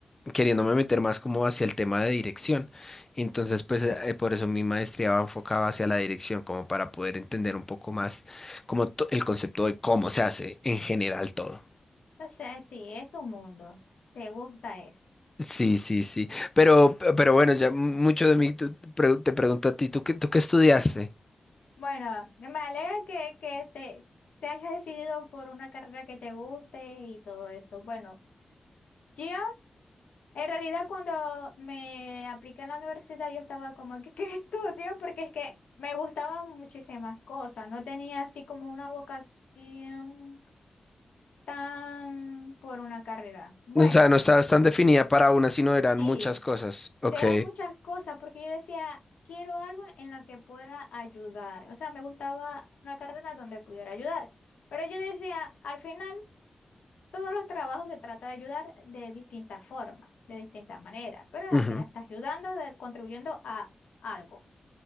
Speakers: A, on the left; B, on the left.
A: queriéndome meter más como hacia el tema de dirección. Entonces pues eh, eh, por eso mi maestría va enfocada hacia la dirección, como para poder entender un poco más como to- el concepto de cómo se hace en general todo.
B: O sea, sí, es tu mundo. Te gusta eso.
A: Sí, sí, sí. Pero, pero bueno, ya mucho de mí tú- pre- te pregunto a ti, ¿tú qué, tú qué estudiaste?
B: Bueno, me alegra que, que te, te hayas decidido por una carrera que te guste y todo eso. Bueno, yo en realidad cuando me apliqué a la universidad yo estaba como, que <laughs> qué estudio? Porque es que me gustaban muchísimas cosas. No tenía así como una vocación tan por una carrera. Bueno.
A: O sea, no estabas tan definida para una, sino eran
B: Sí,
A: muchas cosas. Ok.
B: serán muchas cosas porque yo decía, quiero algo en lo que pueda ayudar. O sea, me gustaba una carrera donde pudiera ayudar. Pero yo decía, al final, todos los trabajos se trata de ayudar de distintas formas, de distintas maneras. Pero
A: Ujú.
B: al final estás ayudando, de- contribuyendo a algo.